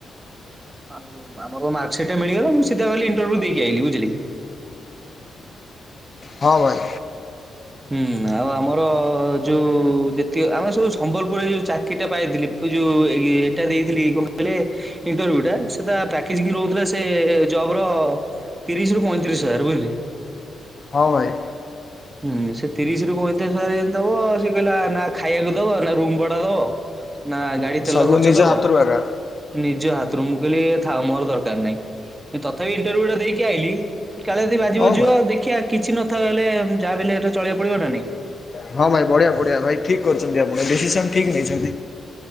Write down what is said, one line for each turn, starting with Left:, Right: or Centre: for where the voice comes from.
Right: ଆଉ ଆମର ମାର୍କ ସିଟ୍ ବି ମିଳିଗଲା ମୁଁ ସେତେବେଳେ ଇଣ୍ଟରଭ୍ୟୁ ଦେଇକି ଆଇଲି। ବୁଝିଲେ କି?
Left: ହଁ ଭାଇ।
Right: ହୁଁ ଆଉ ଆମର ଯୋଉ ଯେତି ଆମେ ସବୁ ସମ୍ବଲପୁରରେ ଯୋଉ ଚାକିରି ପାଇଥିଲି ଏ ଯୋଉ ଏ ଏଇଟା ଦେଇଥିଲି କଣ କହିଲେ? ଇଣ୍ଟରଭ୍ୟୁ ଟା ସେଟା ପ୍ୟାକେଜିଂ ରହୁଥିଲା ସେ ଜବ୍ ର ତିରିଶରୁ ପଇଁରିଶ ହଜାର ବୁଝିଲେ,
Left: ହଁ ଭାଇ।
Right: ହୁଁ ସେ ତିରିଶ ରୁ ପଇଁତିରିଶ ହଜାର ଯଦି ଦବ ସେ କହିଲା ନା ଖାଇବାକୁ ଦବ ନା ରୁମ ଭଡା ଦବ ନା ଗାଡି ତେଲ
Left: ସବୁ
Right: ଖର୍ଚ୍ଚ
Left: ନିଜ
Right: ଦବ,
Left: ହାତରୁ ଆଗା
Right: ନିଜ ହାତରୁ ମୁଁ କହିଲି ଥାଉ ମୋର ଦରକାର ନାହିଁ। ତଥାପି ଇଣ୍ଟରଭୁ ଟା ଦେଇକି ଆଇଲି କାଳେ ଯଦି ବାଜି
Left: ହଁ
Right: ବୁଝି ଯିବ
Left: ଭାଇ
Right: ଦେଖିଆ କିଛି ନଥାଉ ହେଲେ ଯାହା ହେଲେ ବି ଏ ଚଳେଇକୁ ପଡିବ ନା ନାଇଁ,
Left: ହଁ ଭାଇ ବଢିଆ, ବଢିଆ ଭାଇ ଠିକ୍ କରିଛନ୍ତି ଆପଣ। ଡିସିସନ୍ ଠିକ୍ ନେଇଛନ୍ତି।